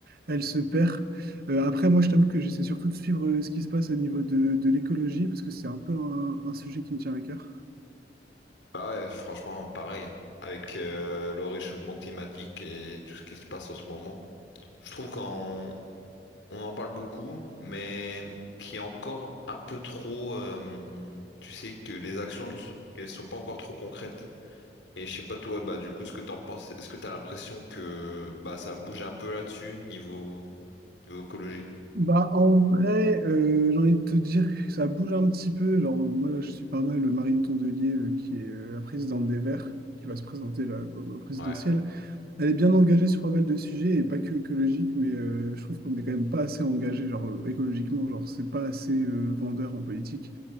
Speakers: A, on the right; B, on the left.
A: elle se perd. Euh, après, moi, je t'avoue que j'essaie surtout de suivre euh, ce qui se passe au niveau de, de l'écologie parce que c'est un peu un, un sujet qui me tient à cœur.
B: Bah ouais, franchement, pareil. hein. Avec euh, le réchauffement climatique et tout ce qui se passe en ce moment, je trouve qu'on on en parle beaucoup, mais qui est encore un peu trop. euh, tu sais que les actions ne sont, elles sont pas encore trop concrètes. Et je sais pas toi, bah du coup ce que t'en penses, est-ce que t'as l'impression que bah ça bouge un peu là-dessus niveau niveau écologie?
A: Bah, en vrai, euh, j'ai envie de te dire que ça bouge un petit peu. Genre, euh, moi, là, je suis pas mal le Marine Tondelier, euh, qui est euh, la présidente des Verts, qui va se présenter là, au, au présidentiel.
B: Ouais.
A: Elle est bien engagée sur pas mal de sujets, et pas que écologique, mais euh, je trouve qu'on n'est quand même pas assez engagé, genre euh, écologiquement, genre c'est pas assez euh, vendeur en politique.